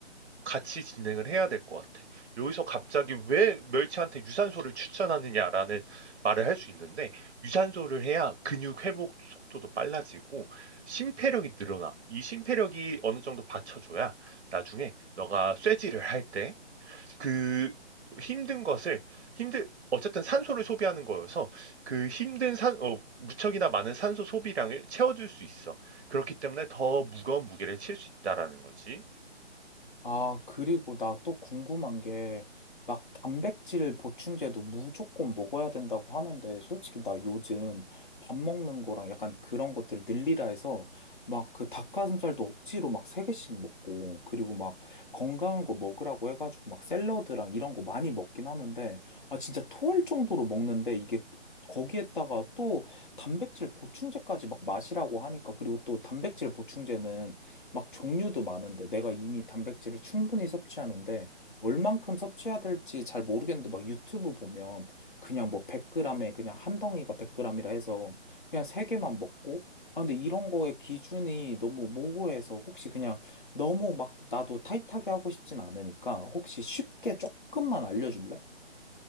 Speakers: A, on the right; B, on the left.
A: 같이 진행을 해야 될 것 같아. 여기서 갑자기 왜 멸치한테 유산소를 추천하느냐라는 말을 할 수 있는데 유산소를 해야 근육 회복 속도도 빨라지고 심폐력이 늘어나. 이 심폐력이 어느 정도 받쳐줘야 나중에 너가 쇠질을 할때 그 힘든 것을 힘들 어쨌든 산소를 소비하는 거여서 그 힘든 산 어, 무척이나 많은 산소 소비량을 채워줄 수 있어. 그렇기 때문에 더 무거운 무게를 칠 수 있다라는 거지.
B: 아, 그리고 나 또 궁금한 게, 막 단백질 보충제도 무조건 먹어야 된다고 하는데, 솔직히 나 요즘 밥 먹는 거랑 약간 그런 것들 늘리라 해서, 막 그 닭가슴살도 억지로 막 세개씩 먹고, 그리고 막 건강한 거 먹으라고 해가지고 막 샐러드랑 이런 거 많이 먹긴 하는데, 아, 진짜 토할 정도로 먹는데, 이게 거기에다가 또 단백질 보충제까지 막 마시라고 하니까, 그리고 또 단백질 보충제는 막 종류도 많은데 내가 이미 단백질을 충분히 섭취하는데 얼만큼 섭취해야 될지 잘 모르겠는데 막 유튜브 보면 그냥 뭐 100g에 그냥 한 덩이가 100g이라 해서 그냥 세 개만 먹고 아 근데 이런 거에 기준이 너무 모호해서 혹시 그냥 너무 막 나도 타이트하게 하고 싶진 않으니까 혹시 쉽게 조금만 알려줄래?